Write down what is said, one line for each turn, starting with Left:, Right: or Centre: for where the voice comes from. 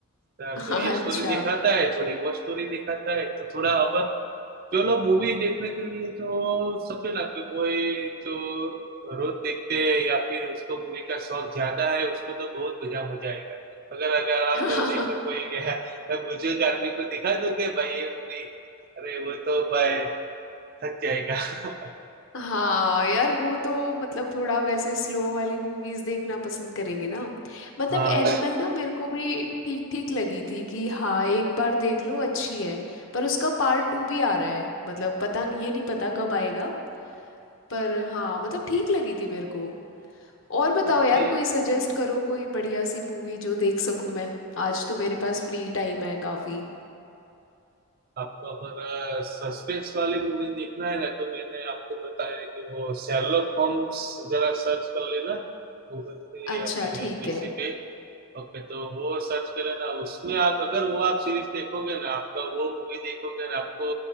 Right: तो
Left: हाँ,
Right: ये स्टोरी
Left: अच्छा
Right: दिखाता है थोड़ी वो स्टोरी दिखाता है तो थोड़ा अब चलो मूवी देखने के लिए जो समझो ना कि कोई जो रोज देखते हैं या फिर उसको मूवी का शौक ज्यादा है उसको तो बहुत मजा मजा आएगा अगर अगर आप
Left: <laughs>
Right: देखे कोई <laughs> बुजुर्ग आदमी को दिखा दोगे भाई ये मूवी अरे वो तो भाई थक जाएगा <laughs>
Left: हाँ यार वो तो मतलब थोड़ा वैसे स्लो वाली मूवीज देखना पसंद करेंगे ना मतलब
Right: हाँ
Left: एनिमल ना मेरे को भी ठीक ठीक लगी थी कि हाँ एक बार देख लो अच्छी है पर उसका पार्ट टू भी आ रहा है मतलब पता नहीं ये नहीं पता कब आएगा पर हाँ मतलब ठीक लगी थी मेरे को और बताओ
Right: अभी
Left: यार कोई सजेस्ट करो कोई बढ़िया सी मूवी जो देख सकूं मैं आज तो मेरे पास फ्री टाइम है काफी
Right: आपको अगर सस्पेंस वाली मूवी देखना है ना तो मैंने आपको बताया है कि वो शेरलॉक होम्स जरा सर्च कर लेना गूगल पे
Left: अच्छा
Right: या फिर
Left: ठीक
Right: किसी
Left: है
Right: पे ओके तो वो सर्च करें ना उसमें आप अगर वो आप सीरीज देखोगे ना आपका वो मूवी देखोगे ना आपको